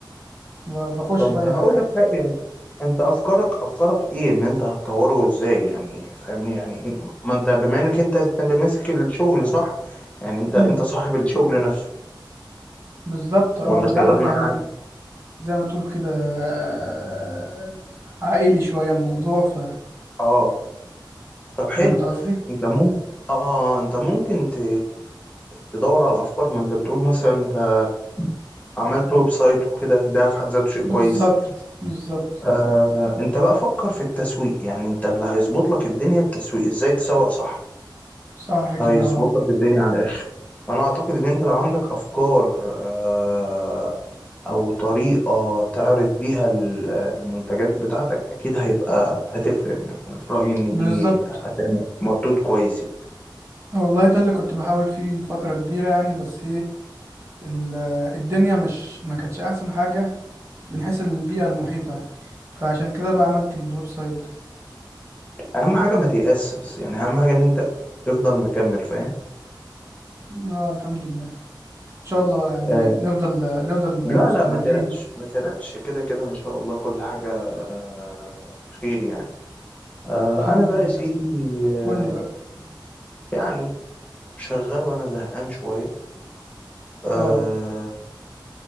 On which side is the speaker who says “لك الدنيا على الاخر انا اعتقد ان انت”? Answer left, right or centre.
Left